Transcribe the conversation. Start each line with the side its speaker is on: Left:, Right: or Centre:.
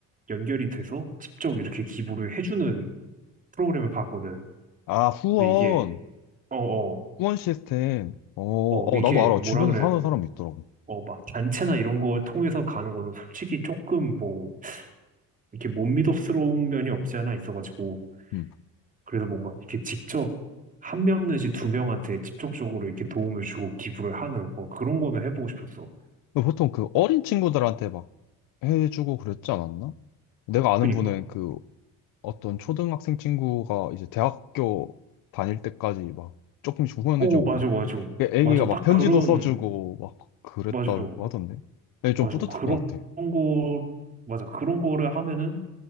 Right: 연결이 돼서 직접 이렇게 기부를 해주는 프로그램을 봤거든.
Left: 아, 후원.
Right: 근데 이게 어어어
Left: 후원 시스템. 어, 어,
Right: 이렇게
Left: 나도 알아.
Right: 뭐라
Left: 주변에서
Right: 그래
Left: 하는 사람 있더라고.
Right: 어막 단체나 이런 걸 통해서 가는 거는 솔직히 조금 뭐 이렇게 못믿음스러운 면이 없지 않아 있어가지고
Left: 응.
Right: 그래서 뭔가 이렇게 직접 한 명 내지 두 명한테 직접적으로 이렇게 도움을 주고 기부를 하는 뭐 그런 거는 해보고 싶었어.
Left: 근데 보통 그 어린 친구들한테 막 해주고 그랬지 않았나? 내가 아는
Right: 그니까.
Left: 분은 그 어떤 초등학생 친구가 이제 대학교 다닐 때까지 막 조금씩 후원해주고
Right: 오, 맞아, 맞아.
Left: 그 애기가
Right: 맞아. 딱
Left: 막 편지도
Right: 그런,
Left: 써주고 막 그랬다고
Right: 맞아.
Left: 하던데 근데 좀
Right: 맞아.
Left: 뿌듯할
Right: 그런
Left: 것 같아
Right: 거, 맞아. 그런 거를 하면은